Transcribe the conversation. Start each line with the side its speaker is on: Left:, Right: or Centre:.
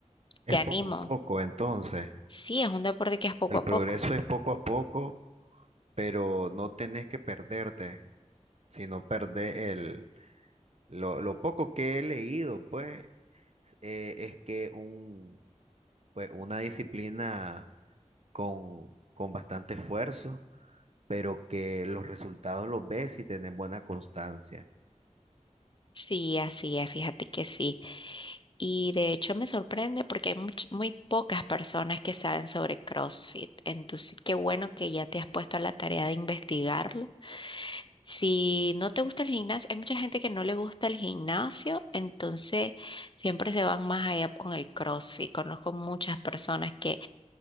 Left: te animo.
Right: Poco a poco, entonces.
Left: Sí, es un deporte que es poco
Right: El
Left: a
Right: progreso
Left: poco.
Right: es poco a poco, pero no tenés que perderte, sino perder el, lo, lo poco que he leído, pues, eh, es que un, pues, una disciplina con, con bastante esfuerzo, pero que los resultados los ves y tenés buena constancia.
Left: Sí, así es, fíjate que sí. Y de hecho me sorprende porque hay much- muy pocas personas que saben sobre CrossFit. Entonces, qué bueno que ya te has puesto a la tarea de investigarlo. Si no te gusta el gimnasio, hay mucha gente que no le gusta el gimnasio, entonces siempre se van más allá con el CrossFit. Conozco muchas personas que